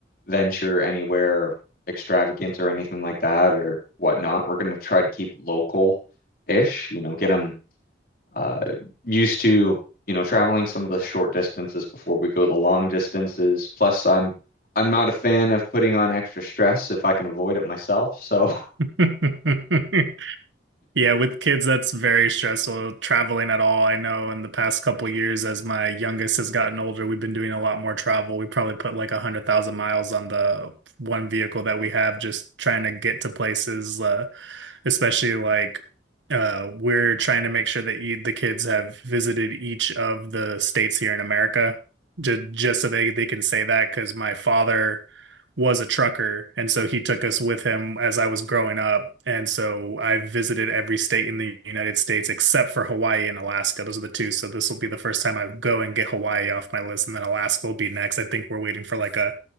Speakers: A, on the left; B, on the right.
A: venture anywhere extravagant or anything like that or whatnot. We're going to try to keep local ish, you know, get them uh, used to, you know, traveling some of the short distances before we go the long distances. Plus, I'm I'm not a fan of putting on extra stress if I can avoid it myself. So,
B: <laughs> Yeah, with kids, that's very stressful traveling at all. I know in the past couple years, as my youngest has gotten older, we've been doing a lot more travel. We probably put like a hundred thousand miles on the one vehicle that we have, just trying to get to places. Uh, especially like uh, we're trying to make sure that e the kids have visited each of the states here in America, ju- just so they they can say that because my father was a trucker, and so he took us with him as I was growing up, and so I visited every state in the United States except for Hawaii and Alaska. Those are the two. So this will be the first time I go and get Hawaii off my list, and then Alaska will be next. I think we're waiting for like a